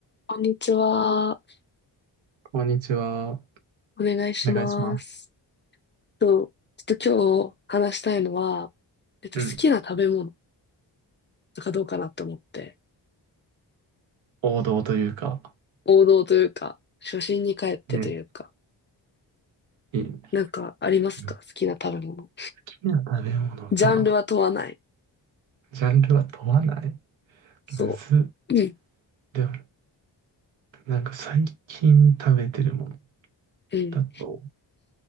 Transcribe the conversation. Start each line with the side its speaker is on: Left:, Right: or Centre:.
Left: こんにちは。
Right: こんにちは。お
Left: お願いします。
Right: 願いします。
Left: と、ちょっと今日話したいのは、えっと、
Right: うん。
Left: 好きな食べ物とかどうかなって思って、
Right: 王道というか、
Left: 王道というか、初心に帰ってというか、
Right: ね、いい。
Left: なんかありますか好きな食べ物。
Right: 好きな食べ物か、
Left: ジャンルは問わない。
Right: ジャンルは問わない。
Left: そ
Right: むずっ。
Left: う。うん。
Right: でも、なんか最近食べてるもの
Left: うん。
Right: だと、